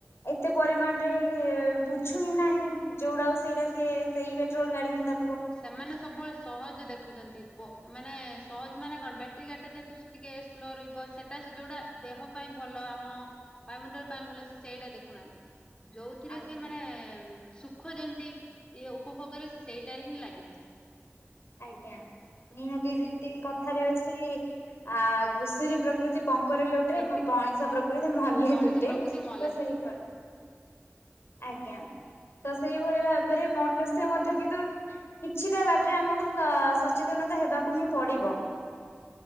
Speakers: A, on the left (about 65°); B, on the left (about 20°).
A: ଏତେ ପରିମାଣ ରେ ବୁଝୁ ହିଁ ନାହିଁ। ଯୋଉଟାକୁ ସେଇଟା ସିଏ ସେଇ ପେଟ୍ରୋଲ ଗାଡି଼ ହିଁ ତା
B: ସେମାନେ ସବୁବେଳେ ସହଜ ଦେଖ ରଖୁଛନ୍ତି ମାନେ ସହଜ ମାନେ କଣ ବ୍ୟାଟେରୀ ଗାା ଯେହେତୁ ଟିକେ ସ୍ଲୋ ରହିବ ସେଟା ସେ ଯୋଉଟା ଦେହ ପାଇଁ ଭଲ ଆମ ବାୟୁମଣ୍ଡଳ ପାଇଁ ଭଲ ସେ ସେଇଟା ଦେଖୁନାହାନ୍ତି। ଯୋଉଥିରେ
A: ଆଜ୍ଞା
B: ସିଏ ମାନେ ସୁଖ ଯେମିତି ଇଏ ଉପଭୋଗରେ ସେ ସେଇଟାରେ ହିଁ ଲାଗିଛନ୍ତି।
A: ଆଜ୍ଞା ନିହାତି ଯେମିତି କଥାରେ ଅଛି ଆ ଘୁଷୁରୀ ପ୍ର ପ୍ରକୃତି ପଙ୍କରେ ଲୋଟେ
B: ଠିକ
A: ମଣିସ
B: ଠିକ
A: ପ୍ରକୃତି ମଲେ
B: ମଣିଷ
A: ତୁଟେ
B: ପ୍ରକୃତି
A: ତ
B: ମଲେ
A: ସେଇଭଳି। ଆଜ୍ଞା ତ ସେଇଭଳି ଭାବରେ ମନୁଷ୍ୟ ମଧ୍ୟ କିନ୍ତୁ କିଛିଟା ବାଟରେ ଆମକୁ ସଚେତନତା ହେବାକୁ ହିଁ ପଡି଼ବ।